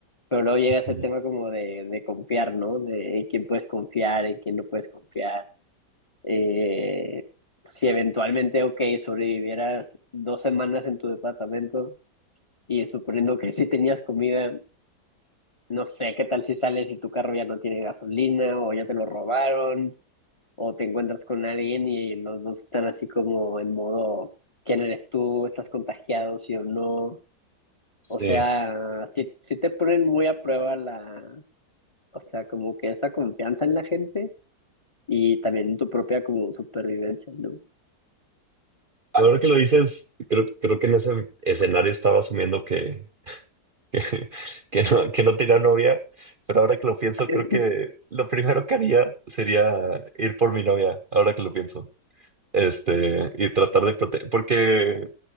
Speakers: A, on the left; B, on the right.
A: pero luego llega
B: ujú.
A: ese tema como de, de confiar, ¿no? De en quién puedes confiar, en quién no puedes confiar. Eh, si eventualmente, ok, sobrevivieras dos semanas en tu departamento, y suponiendo que sí tenías comida, no sé, ¿qué tal si sales y tu carro ya no tiene gasolina o ya te lo robaron o te encuentras con alguien y los dos están así como en modo, ¿quién eres tú? ¿Estás contagiado, sí o no?
B: Sí.
A: O sea, sí, sí te ponen muy a prueba la, o sea, como que esa confianza en la gente y también tu propia como supervivencia, ¿no?
B: Ahora que lo dices, creo, creo que en ese escenario estaba asumiendo que, que, <laughs> que no, que no tenía novia, pero ahora que lo pienso,
A: Eh,
B: creo que lo primero que haría sería ir por mi novia, ahora que lo pienso, este, y tratar de proteger, porque,